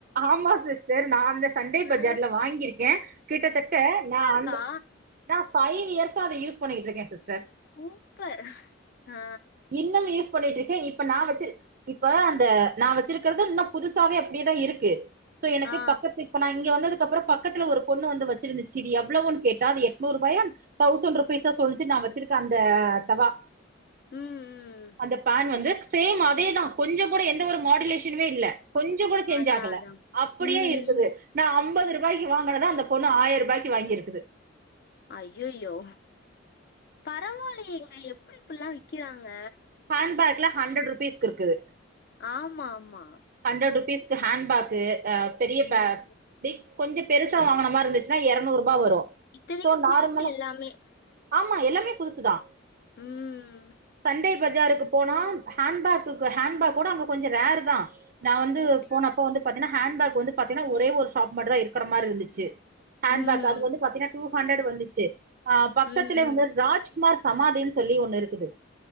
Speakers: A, on the right; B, on the left.
A: ஆமா சிஸ்டர் நா அந்த சண்டே பஜார்ல
B: ஆ
A: வாங்கியிருக்கே கிட்டத்தட்ட நா அந்த
B: க்கா
A: நா ஃபைவ் இயர்ஸ்ஸா அத யூஸ் பண்ணிகிட்டு இருக்கே சிஸ்டர்
B: சூப்பர் ஆ
A: இன்னமு யூஸ் பண்ணிட்டு இருக்கே இப்ப நா வச்சு இப்ப அந்த நா வச்சிருக்கறது இன்னு புதுசாவே அப்டியேதா இருக்கு சோ எனக்கு
B: ஆ
A: பக்கத்து இப்ப நா இங்க வந்ததுக்குப்கப்புற பக்கத்துல ஒரு பொண்ணு வந்து வச்சிருந்துச்சு இது எவளோவுன் கேட்டா அது எட்நூறு ரூபாயான் தௌசண்ட் ருபீஸ சொல்லிச்சி நா வச்சிருக்க அந்த தவா
B: ம் ம்
A: அந்த பான் வந்து சேம் அதேதா கொஞ்ச கூட எந்த ஒரு மாடுலேஷனுமே இல்ல கொஞ்ச கூட சேஞ்ச்
B: அதா
A: ஆகல
B: அதா
A: அப்டியே
B: ம்
A: இருக்குது நா அம்பது ரூபாய்க்கு வாங்கினத அந்த பொண்ணு ஆயிர ரூபாய்க்கு வாங்கிருக்குது
B: அய்யய்யோ பரவாலயேங்க எப்டி இப்டிலா விக்கிறாங்க
A: ஹேண் பேக்குல ஹண்ரட்ருபீஸ்கு இருக்குது
B: ஆமா ஆமா
A: ஹண்ரட் ருபீஸ்க்கு ஹேண்ட பேக்கு பெரிய பே
B: ம்
A: பிக் கொஞ்ச பெருசா வாங்குன மாரியிருந்துச்சுன்னா எரநூறூபா வரு
B: இத்தனைக்கு
A: சோ நார்மலா
B: புதுசு எல்லாமே
A: ஆமா எல்லாமே புதுசுதா
B: ம்
A: சண்டே பஜாருக்கு போனா ஹேண்பேக்குக்கு ஹேண்பேக் கூட அங்க கொஞ்ச ரேர் தா நா வந்து
B: ம்
A: போனப்ப வந்து பாத்தீனா ஹேண்பேக் வந்து பாத்தீனா ஒரே ஒரு ஷாப் மட்டுதா இருக்கற மாரியிருந்துச்சு ஹேண்பேக்
B: ம்
A: அது வந்து பாத்தீனா டூ ஹண்ரட் வந்துச்சு ஆ பக்கத்லே
B: ம்
A: உங்க ராஜ் குமார் சமாதின் சொல்லி ஒண்ணுயிருக்குது